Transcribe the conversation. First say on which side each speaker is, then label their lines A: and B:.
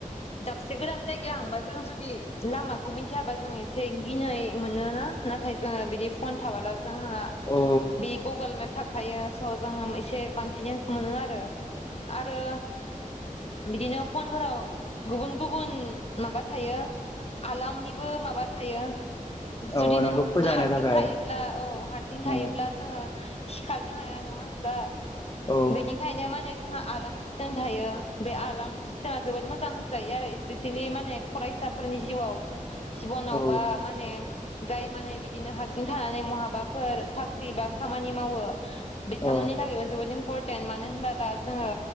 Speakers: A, on the left; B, on the left.
A: दाब से गोदान जायगायाव हांबा जों जुदि लामाखौ मिथियाबा जों एसे गिनाय मोन ना नाथाय जों ओ बिदि फन थाबाला जोंङो
B: औ
A: बि गुगोल मेप थाखायो स जोङो एसे कनफिदेन्स मोनो आरो आरो बिदिनो फनफोराव गुबुन गुबुन माबा थायो। आलामनिबो माबा थायो। जुदि
B: औ नोंखौ
A: नों
B: फुजा
A: हारसिं
B: होनो थाखाय
A: थायोब्ला औ हारसिं
B: औ
A: थायोब्ला जोङो सिखारनो हाया नङा होनबा
B: औ
A: बेनिखायनो माने जोंहा आलार्म <unintelligible> थायो। बे आलार्म सिस्टेमा जोबोद मोजां होनजायो आरो इस्पेसियेलि माने फरायसाफोरनि जिउआव। जिबनावबा
B: औ
A: माने जाय माने बिदिनो हारसिं थानानै महाबाफोर साख्रि बा खामानि मावो। बिथांमोननि
B: औ
A: थाखायबो जोबोद इम्परटेन्ट मानो होनबोला जोङो